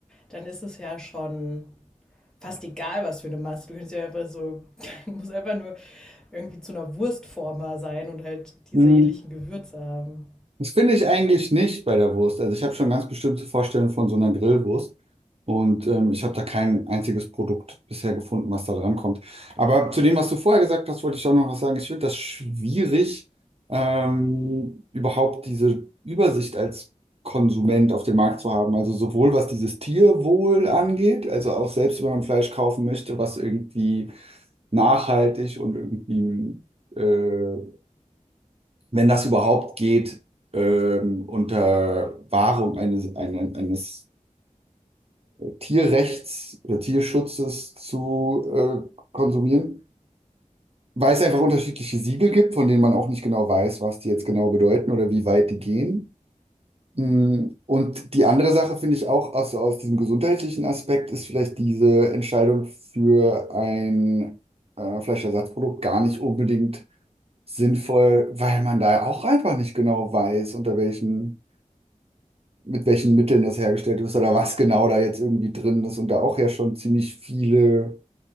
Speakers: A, in the centre; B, on the right.
A: dann ist es ja schon fast egal, was für eine Masse. Du kannst ja einfach so, <laughs> du musst einfach nur irgendwie zu einer Wurstformer sein und halt diese
B: Mhm.
A: ähnlichen Gewürze haben.
B: Das finde ich eigentlich nicht bei der Wurst. Also ich habe schon ganz bestimmte Vorstellungen von so einer Grillwurst und ähm, ich habe da kein einziges Produkt bisher gefunden, was da dran kommt. Aber zu dem, was du vorher gesagt hast, wollte ich auch noch was sagen. Ich finde das schwierig, ähm, überhaupt diese Übersicht als Konsument auf dem Markt zu haben. Also sowohl was dieses Tierwohl angeht, also auch selbst wenn man Fleisch kaufen möchte, was irgendwie nachhaltig und irgendwie äh, wenn das überhaupt geht, ähm, unter Wahrung eines, eines, eines Tierrechts oder Tierschutzes zu äh, konsumieren, weil es einfach unterschiedliche Siegel gibt, von denen man auch nicht genau weiß, was die jetzt genau bedeuten oder wie weit die gehen. Mm, Und die andere Sache finde ich auch aus, aus diesem gesundheitlichen Aspekt ist vielleicht diese Entscheidung für ein äh, Fleischersatzprodukt gar nicht unbedingt sinnvoll, weil man da auch einfach nicht genau weiß, unter welchen mit welchen Mitteln das hergestellt ist oder was genau da jetzt irgendwie drin ist. Und da auch ja schon ziemlich viele